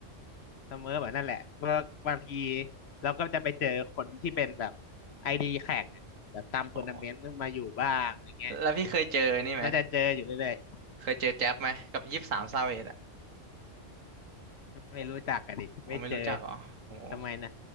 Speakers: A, on the left; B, on the right.
A: เสมอแบบนั่นแหละเมื่อบางทีเราก็จะไปเจอคนที่เป็นแบบไอดีแข่งอ่ะแบบตามทัวร์นาเมนต์มาอยู่บ้างอย่างเงี้ย
B: อ๋อแล้วพี่เคยเจอนี่ไหม
A: ก็จะเจออยู่เรื่อย
B: เคยเจอแจ๊บไหมกับยี่สิบสามซาเวดอ่ะ
A: ๆไม่รู้จักกันอีกไม่เจอ
B: อ๋อไม่รู้จักเหรอโอ้โห
A: ทำไมนะ